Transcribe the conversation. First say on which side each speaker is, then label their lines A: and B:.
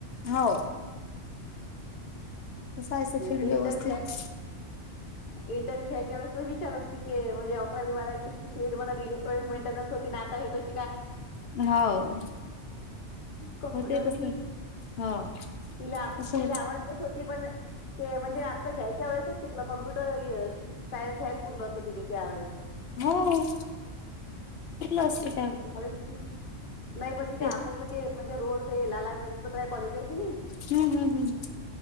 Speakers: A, on the left; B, on the left.
A: हो कसं आहे
B: म्हणजे
A: फील्ड
B: ते
A: व्यवस्थित
B: इंटरव्यू घ्याय इंटरव्ह्यू घ्यायच्या वेळेस विचार असते क म्हणजे अकरावी बारावी तुमचं फील्ड म्हणा ते इलेक्ट्रॉनिक मेंटेनन्स होते अन आता हे कश
A: हो
B: कॉम्प्युटरची
A: होते तस हो.
B: तिला
A: तसं
B: तिला आवडतेच होती पण ते म्हणजे आमचा घ्यायच्या वेळेसच चुकलं कॉम्प्युटर सायन्स घ्याय उरल असं तिथे त्यावेेळेस
A: हो घेतलं असेल.
B: त्यावेळेस तिथ नाही पण तिथे
A: ते हम्म
B: अकोटलं ते म्हणजे रोड ते लाला लजपतराय कॉलेज आहे कि नाही?
A: हम्म हम्म हम्म